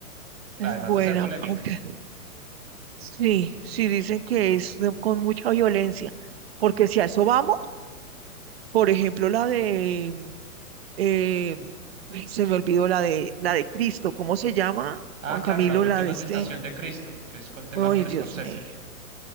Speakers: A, on the right; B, on the right.
A: además
B: Es buena,
A: de ser polémica.
B: aunque sí, sí dicen que es de- con mucha violencia, porque si a eso vamos, por ejemplo, la de, eh, ay, se me olvidó la de, la de Cristo, ¿cómo se llama?
A: Ah,
B: Juan
A: claro,
B: Camilo,
A: La Última
B: la de este,
A: Tentación de Cristo, que es con de
B: ay,
A: Martin
B: Dios
A: Scorsese.
B: mío,